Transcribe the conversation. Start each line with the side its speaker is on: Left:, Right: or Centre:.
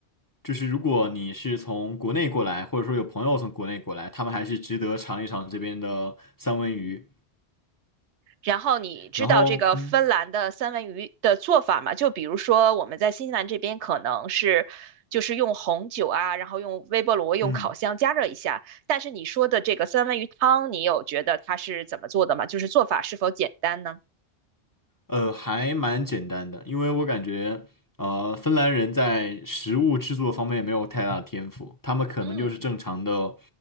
Left: 就是如果你是从国内过来，或者说有朋友从国内过来，他们还是值得尝一尝这边的三文鱼。
Right: 然后你知道这个芬兰的三文鱼的做法吗？
Left: 然后，嗯
Right: 就比如说我们在新西兰这边可能是就是用红酒啊，然后用微波炉、用烤箱加热一下。
Left: 嗯。
Right: 但是你说的这个三文鱼汤，你有觉得它是怎么做的吗？就是做法是否简单呢？
Left: 呃，还蛮简单的，因为我感觉，呃，芬兰人在食物制作方面没有太大的天赋，他们可能就是正常的，
Right: 嗯。